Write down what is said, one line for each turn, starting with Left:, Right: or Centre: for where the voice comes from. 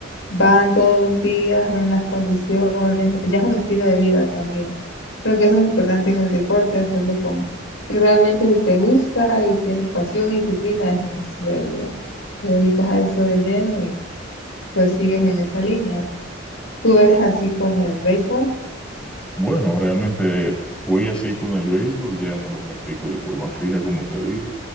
Left: van todos los días, ven las condiciones, ya es un estilo de vida también. Creo que eso es importante en el deporte, hacerlo como si realmente te gusta y tienes pasión y disciplina, es un estilo de vida. Te dedicas a eso de lleno y pues sigues en esa línea. ¿Tú eres así con el béisbol?
Centre: Bueno, realmente fui así con el béisbol, ya no lo practico de forma fija como te dije,